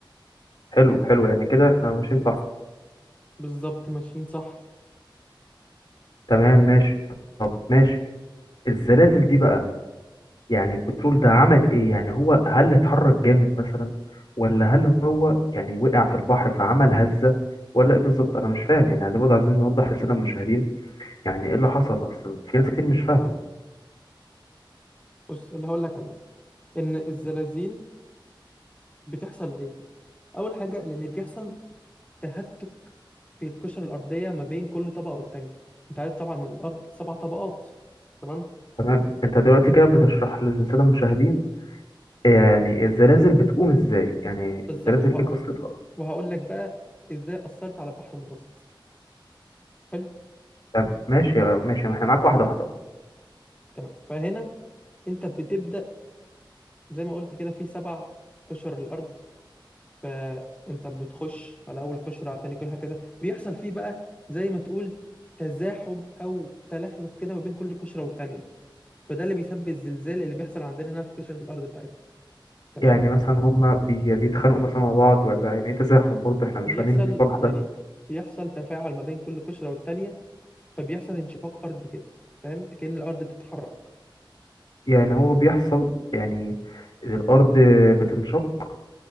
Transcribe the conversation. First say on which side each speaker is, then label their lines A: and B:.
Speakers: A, on the left; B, on the left.
A: حلو حلو يعني كده احنا ماشيين صح
B: بالظبط ماشيين صح
A: تمام ماشي طب ماشي الزلازل دي بقى يعني البترول ده عمل ايه يعني هو هل اتحرك جامد مثلا ولا هل هو يعني وقع في البحر فعمل هزة ولا ايه بالظبط انا مش فاهم يعني عايزين برضه عايزين نوضح للساده المشاهدين يعني ايه اللي حصل اصلا في ناس كتير مش فاهمه
B: بص اللي هقول لك عليه ان الزلازل بتحصل ليه اول حاجه لان بيحصل تهتك في القشره الارضيه ما بين كل طبقه والتانيه انت عارف طبعا الارض سبع طبقات تمام
A: تمام انت دلوقتي كده بتشرح للساده المشاهدين يعني الزلازل بتقوم ازاي يعني
B: بالظبط
A: الزلازل
B: وه...
A: ايه قصتها اصلا
B: وهقول لك بقى ازاي اثرت على البحر المتوسط حلو
A: طب ماشي ماشي ما احنا معاك واحده واحده أهو.
B: تمام فهنا انت بتبدا زي ما قلت كده في سبع قشر الارض فانت بتخش على اول قشره على تاني قشره هكذا بيحصل فيه بقى زي ما تقول تزاحم او تلخلف كده ما بين كل قشره والتانيه فده اللي بيسبب الزلزال اللي بيحصل عندنا هنا في قشره الارض بتاعتنا تمام
A: يعني مثلا هما بي بيتخانقوا مثلا مع بعض ولا يعني ايه تزاحم برضه احنا مش
B: بيحصل
A: فاهمين المصطلح
B: يعني
A: ده
B: بيحصل تفاعل ما بين كل قشره والتانيه فبيحصل انشقاق ارضي كده فاهم كأن الارض بتتحرك
A: يعني هو بيحصل يعني إن الارض بتنشق